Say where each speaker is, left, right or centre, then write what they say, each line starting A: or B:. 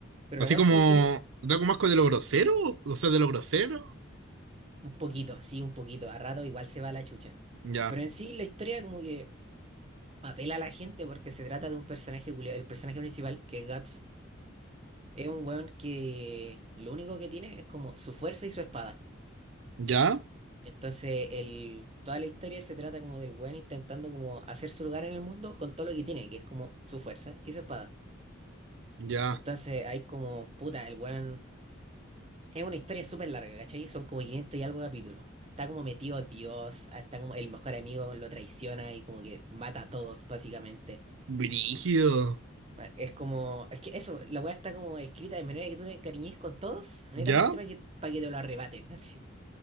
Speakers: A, on the right; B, on the right.
A: Pero
B: Así
A: la wea
B: como...
A: es que la historia es
B: Da como asco de lo grosero, o sea, de lo grosero,
A: un poquito, sí, un poquito, a ratos igual se va a la chucha.
B: ya.
A: Pero en sí la historia como que apela a la gente porque se trata de un personaje, culiao- el personaje principal, que es Guts Es un weón que lo único que tiene es como su fuerza y su espada.
B: ¿Ya?
A: Entonces, el, toda la historia se trata como del weón intentando como hacer su lugar en el mundo con todo lo que tiene, que es como su fuerza y su espada.
B: Ya.
A: Entonces, hay como, puta, el weón... Es una historia súper larga, ¿cachai? Son como 500 y algo capítulos. Está como metido Dios, ah, está como el mejor amigo lo traiciona y como que mata a todos, básicamente.
B: Brígido.
A: Bueno, es como, es que eso, la weá está como escrita de manera que tú te encariñes con todos, netamente
B: ¿Ya?
A: para que, para que te lo arrebaten, <laughs> así.